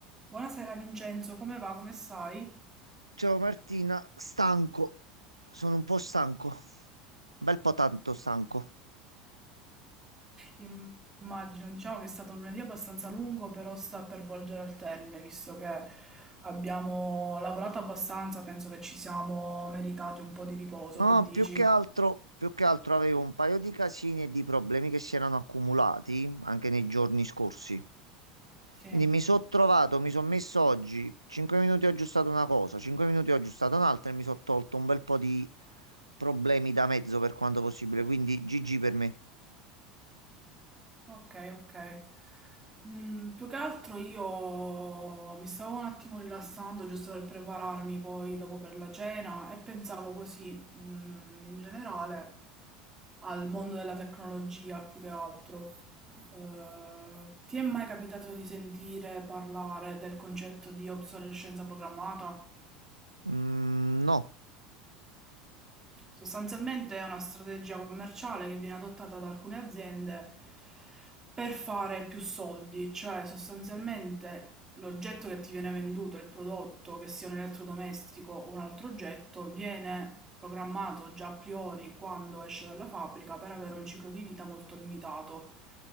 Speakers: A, on the right; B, on the right.
A: Buonasera Vincenzo, come va? Come stai?
B: Ciao Martina, stanco, sono un po' stanco, un bel po' tanto stanco.
A: Immagino, diciamo che è stato un lunedì abbastanza lungo, però sta per volgere al termine, visto che abbiamo lavorato abbastanza, penso che ci siamo meritati un po' di riposo,
B: No,
A: che dici?
B: più che altro, più che altro avevo un paio di casini e di problemi che si erano accumulati anche nei giorni scorsi.
A: Sì.
B: Quindi mi sono trovato, mi sono messo oggi, 5 minuti ho aggiustato una cosa, 5 minuti ho aggiustato un'altra e mi sono tolto un bel po' di problemi da mezzo per quanto possibile, quindi GG per me.
A: Ok, ok. Mm, più che altro io mi stavo un attimo rilassando giusto per prepararmi poi dopo per la cena e pensavo così, mm, in generale, al mondo della tecnologia più che altro. Eh, ti è mai capitato di sentire parlare del concetto di obsolescenza programmata?
B: Mm, no.
A: Sostanzialmente è una strategia commerciale che viene adottata da alcune aziende per fare più soldi, cioè sostanzialmente l'oggetto che ti viene venduto, il prodotto, che sia un elettrodomestico o un altro oggetto, viene programmato già a priori quando esce dalla fabbrica per avere un ciclo di vita molto limitato.